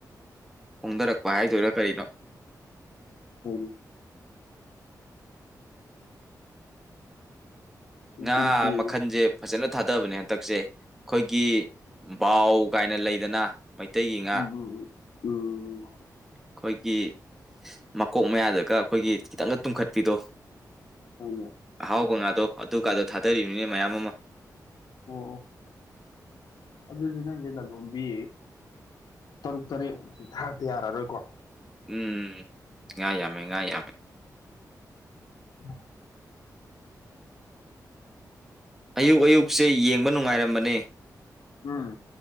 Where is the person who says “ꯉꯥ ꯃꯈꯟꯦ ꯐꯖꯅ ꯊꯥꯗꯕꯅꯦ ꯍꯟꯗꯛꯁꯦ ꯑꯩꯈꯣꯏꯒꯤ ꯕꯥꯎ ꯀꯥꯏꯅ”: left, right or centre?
Centre